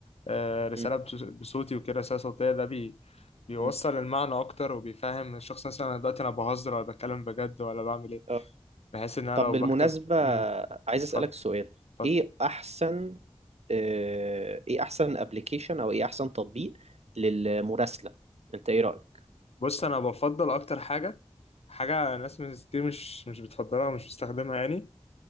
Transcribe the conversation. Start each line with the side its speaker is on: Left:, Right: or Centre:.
Left: آه، رسالة
Right: م-
Left: بص- بصوتي وكده رسالة صوتية ده بي... بيوصل
Right: م.
Left: المعنى أكتر وبيفهم الشخص مثلا أنا دلوقتي أنا بهزر ولا بتكلم بجد ولا بعمل إيه
Right: آه.
Left: بحيث ان انا
Right: طب
Left: لو
Right: بالمناسبة
Left: بكتب امم
Right: عايز اسألك
Left: اتفضل
Right: سؤال
Left: اتفضل
Right: ايه احسن آه، ايه احسن ابلكيشن او ايه احسن تطبيق للمراسلة انت ايه رأيك
Left: بص انا بفضل اكتر حاجه حاجه ناس مش- كتير مش مش بتفضلها ومش بتستخدمها يعني